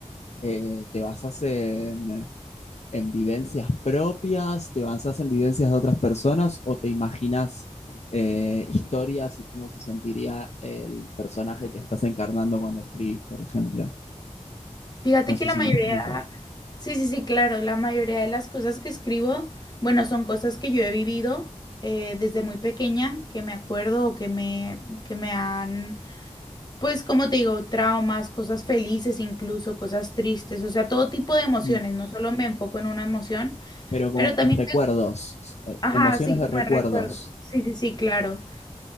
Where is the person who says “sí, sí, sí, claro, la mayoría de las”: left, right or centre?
Left